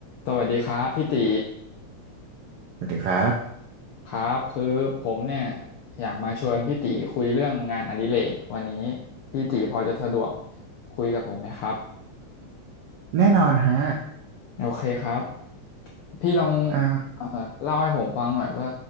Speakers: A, on the left; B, on the right.
A: สวัสดีครับพี่ตี
B: สวัสดีครับ
A: ครับคือผมเนี่ยอยากมาชวนพี่ตีคุยเรื่องงานอดิเรกวันนี้พี่ตีพอจะสะดวกคุยกับผมไหมครับ
B: แน่นอนฮะ
A: โอเคครับพี่ลอง
B: อ่า
A: เอ่อเล่าให้ผมฟังหน่อยว่า